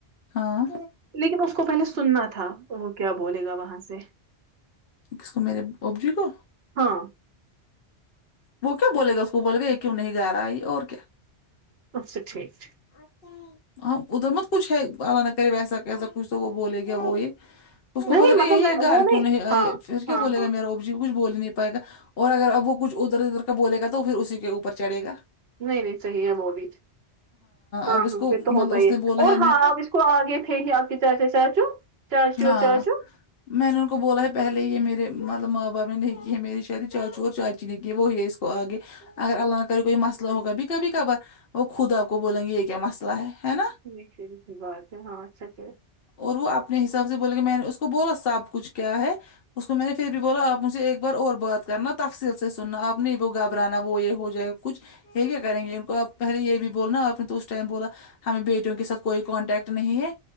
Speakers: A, on the left; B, on the right.
A: ہاں
B: لیکن اس کو پہلے سننا تھا تو وہ کیا بولے گا وہاں سے
A: کس کو میرے بب جی کو
B: ہاں
A: وہ کیا بولے گا اس کو بول گا یہ کیوں نہیں گا رہا ہے اور کیا
B: اچھا ٹھیک ٹھیک
A: آتا ہے ہاں ادھر مت کچھ ہے اللہ نہ کرے ویسا کیسا کچھ تو وہ بولے گیا وہ یہ اس کو
B: نہیں
A: بولے گا
B: مطلب
A: یہی
B: میں
A: ہے گھر
B: وہ
A: کیوں نہیں اے
B: ہاں
A: پھر کیا
B: ہاں
A: بولے
B: ہاں
A: گا میرے مجھے کچھ بول ہی نہیں پائے گا اور اگر اب وہ کچھ ادھر ادھر کا بول گا تو پھر اسی کے اوپر چڑے گا
B: نہیں نہیں صحیح ہے وہ بھی ہاں
A: اب اس
B: ہاں
A: کو
B: یہ
A: مطلب
B: تو ہوتا
A: اس
B: ہی ہے
A: نے بولا
B: اور
A: میں
B: ہاں آپ اس کو آگے پھینکے آپ کے چاچا چاچو چاچی اور
A: ہاں
B: چاچو
A: میں نے ان کو بولا ہے پہلے یہ میرے مطلب ماں باپ نے نہیں کی ہے میری شادی چاچو اور چا چی نے کی وہی اس کو آگے اگر اللہ نہ کرے کوئی مسئلہ ہوگا بھی کبھی کبھار وہ خود آپ کو بولیں گے یہ کیا مسئلہ ہے ہے نا
B: جی سیدھی سی بات ہے ہاں اچھا کیا
A: اور وہ اپنے حساب سے بولے کہ میں نے اس کو بولا سب کچھ کیا ہے اس کو میں نے پھر بھی بولا آپ مجھ ایک بار اور بات کرنا تفصل سے سننا اپ نہیں وہ گھبرانا وہ یہ ہو جائے کچھ یہ کیا کریں گے ان کو آپ پہلے یہ بھی بولونا آپ تو اس ٹائم بولا ہمیں بیٹوں کے ساتھ کوئی کانٹیکٹ نہیں ہے